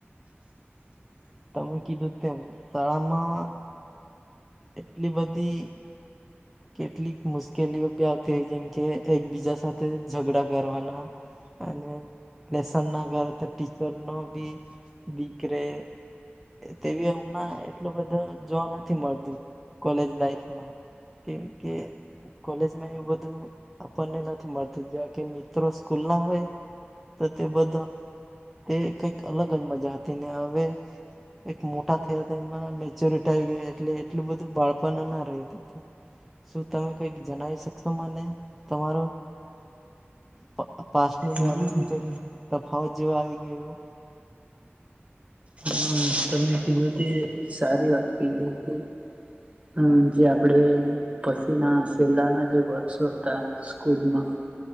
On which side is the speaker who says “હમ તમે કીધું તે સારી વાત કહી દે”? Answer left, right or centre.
Right